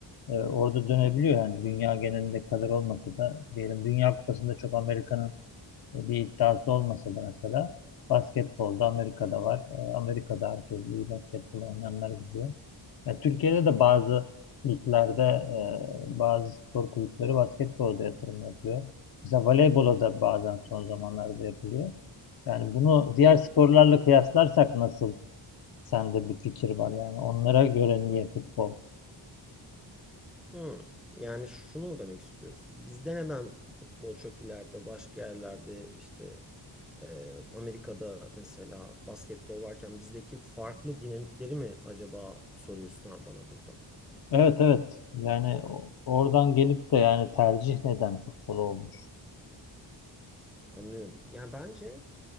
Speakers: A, on the left; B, in the centre.
A: ee, orada dönebiliyor yani dünya genelinde kadar olmasa da diyelim Dünya Kupası'nda çok Amerika'nın e, bir iddiası olmasa da mesela basketbolda Amerika'da var. Ee, Amerika'da herkes iyi basketbol oynayanlar gidiyor. Ya Türkiye'de de bazı liglerde e, bazı spor kulüpleri basketbolda yatırım yapıyor. Mesela voleybola da bazen son zamanlarda yapılıyor. Yani bunu diğer sporlarla kıyaslarsak nasıl sende bir fikir var yani onlara göre niye futbol
B: Hmm. Yani şunu mu demek istiyoruz? Bizde neden futbol çok ileride, başka yerlerde işte e, Amerika'da mesela basketbol varken bizdeki farklı dinamikleri mi acaba soruyorsun ha bana burada?
A: Evet evet. Yani o- oradan gelip de yani tercih neden futbol olmuş?
B: Anlıyorum. Yani bence